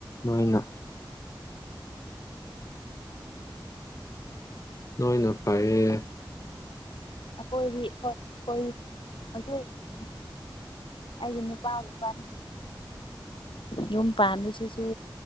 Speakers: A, on the left; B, on the left.
A: ꯅꯣꯏꯅ ꯅꯣꯏꯅ ꯐꯔꯦꯌꯦ
B: ꯑꯩꯈꯣꯏꯒꯤ ꯍꯣꯢ ꯑꯩꯈꯣꯏ ꯍꯧꯖꯤꯛ ꯑꯩꯒꯤ ꯅꯨꯄꯥ ꯏꯕꯥꯅꯤ ꯌꯨꯝ ꯄꯥꯟꯕꯁꯤꯁꯨ